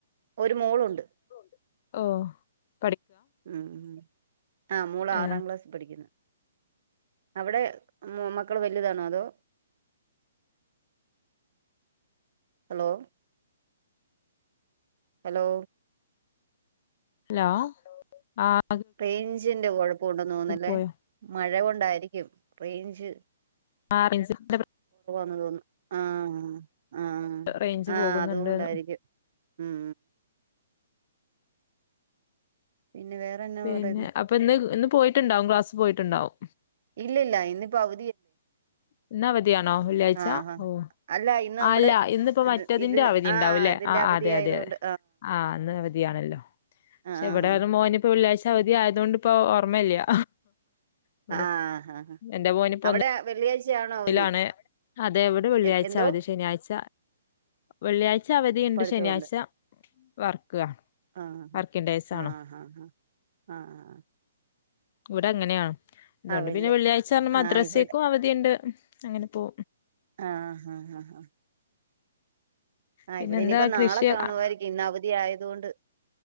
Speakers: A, on the right; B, on the left.
A: ഒരു മോളുണ്ട്
B: ഓഹ്
A: ഉം ആഹ് മോള്
B: ഏ
A: ആറാം ക്ലാസ് പഠിക്കിന്ന് അവിടെ മ് മോ മക്കള് വലുതാണോ അതോ ഹലോ ഹലോ
B: ഹലോ ആഹ്
A: റെയിഞ്ചിന്റെ കൊഴപ്പൊ ഉണ്ടന്ന് തോന്ന്ന്നല്ലേ
B: പോയോ?
A: മഴ കൊണ്ടായിരിക്കും റെയിഞ്ച്
B: ആഹ് <unintelligible>
A: ന്ന്തോന്ന് ആഹ് ആഹ്
B: റേഞ്ച്
A: ആഹ്
B: പോകുന്നുണ്ട്ന്ന്
A: അത് കൊണ്ടായിരിക്കും ഉം പിന്നെ വേറെന്നാ
B: പിന്നെ
A: പറയുന്ന
B: അപ്പ ഇന്ന് ഇന്ന് പോയിട്ട്ണ്ടാവും ക്ലാസ് പോയിട്ട്ണ്ടാവും
A: ഇല്ലല്ല ഇന്ന്പ്പൊ അവ
B: ഇന്ന് അവധിയാണോ വെള്ളിയാഴ്ച
A: ആഹ് ആഹ്
B: ഓഹ്
A: അല്ല ഇന്ന് നമ്മുടെ
B: ആല്ല ഇന്ന്പ്പം
A: ഇത്
B: മറ്റതിന്റെ
A: ഇത്
B: അവധിണ്ടാവുല്ലേ
A: ആഹ് ഇതിന്റെ
B: ആഹ്
A: അവധി
B: അതെ
A: ആയതുകൊണ്ട്
B: അതെ അതെ ആഹ് അന്ന് അവ ധിയാണല്ലോ
A: ആഹ്
B: ക്ഷേ ഇവടാരും മോന്പ്പൊ വെള്ളിയാഴ്ച അവധിയായതോണ്ട്പ്പോ ഓർമ്മല്ല്യാ ഇവടെ
A: ആഹ് ആഹ്
B: എന്റെ മോനിപ്പോ
A: അവിടെ
B: ഒന്ന്
A: വെള്ളിയാഴ്ചയാണോ അവധി
B: ലാണ് അതെ ഇവടെ വെള്ളിയാഴ്ച
A: എ എന്തോ
B: അവധി ശനിയാഴ്ച വെള്ളിയാഴ്ച അവധിയിണ്ട്
A: പഠിത്തമുണ്ട്
B: ശനിയാഴ്ച വർക്കാ
A: ആഹ് ഹാ
B: വർക്കിംഗ് ഡേയ്സ്
A: ആഹ്
B: ആണ്
A: ഹാ ഹാ ആഹ്
B: ഇവടെ അങ്ങനെയാ അതോണ്ട്
A: ആഹ് വെള്ളി
B: പിന്നെ വെള്ളിയാഴ്ചർഞ്ഞ് മദ്രസേക്കും
A: ആഹ് ഇവിടെ
B: അവധിയിണ്ട് അങ്ങനെപ്പോ
A: ആഹ് ആഹ് ആഹ് ആഹ് ആഹ്
B: പിന്നെന്താ
A: ഇവിടെ ഇനിയിപ്പോ നാളെ
B: കൃഷി
A: കാണുവായിരിക്കും,
B: ആ, ആ.
A: ഇന്ന് അവധി ആയതുകൊണ്ട്.